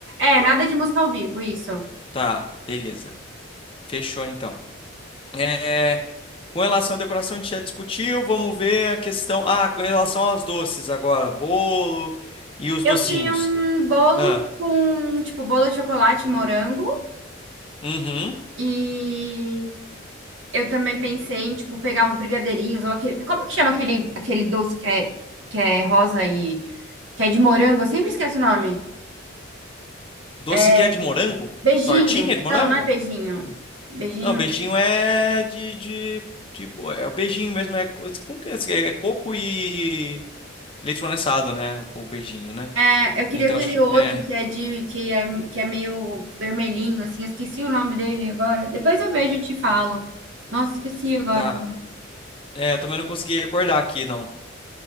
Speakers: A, on the right; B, on the left.
A: É, nada de música ao vivo, isso.
B: Tá, beleza. Fechou então. É, com relação à decoração, a gente já discutiu. Vamos ver a questão. Ah, com relação aos doces agora, bolo e os
A: Eu
B: docinhos.
A: queria um bolo
B: Ah,
A: com, tipo, bolo de chocolate, morango
B: uhum.
A: e Eu também pensei em, tipo, pegar uns brigadeirinhos ou aquele. Como que chama aquele, aquele doce que é, que é rosa e. que é de morango? Eu sempre esqueço o nome.
B: Doce
A: É
B: que é de morango?
A: Beijinho.
B: Tortinha de morango?
A: Não, não é beijinho. Beijinho.
B: Não, beijinho é de, de, de bo- é o beijinho mesmo é, co- com que- é esse? É coco e leite condensado, né? O beijinho, né?
A: É, eu queria
B: Então
A: aquele
B: acho
A: outro
B: que- é,
A: que é de que é, que é meio vermelhinho, assim. Eu esqueci o nome dele agora. Depois eu vejo e te falo. Nossa, esqueci agora.
B: tá. É, eu também não consegui recordar aqui, não.